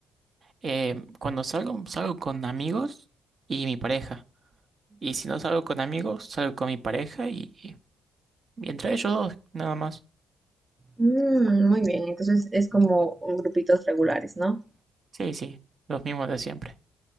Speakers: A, on the right (about 45°); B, on the right (about 15°).
A: Eh, cuando salgo, salgo con amigos y mi pareja. Y si no salgo con amigos, salgo con mi pareja y, y entre ellos dos, nada más.
B: Mm, muy bien, entonces es como un grupitos regulares, ¿no?
A: Sí, sí, los mismos de siempre.